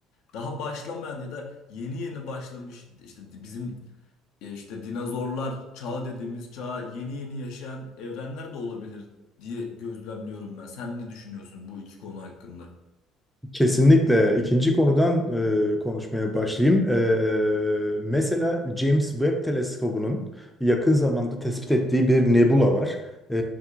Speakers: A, on the left; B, in the centre.
A: daha başlamayan ya da yeni yeni başlamış işte bizim e, işte dinozorlar çağı dediğimiz çağa yeni yeni yaşayan evrenler de olabilir diye gözlemliyorum ben. Sen ne düşünüyorsun bu iki konu hakkında?
B: Kesinlikle. İkinci konudan e, konuşmaya başlayayım. E, mesela James Webb Teleskobu'nun yakın zamanda tespit ettiği bir nebula var. E,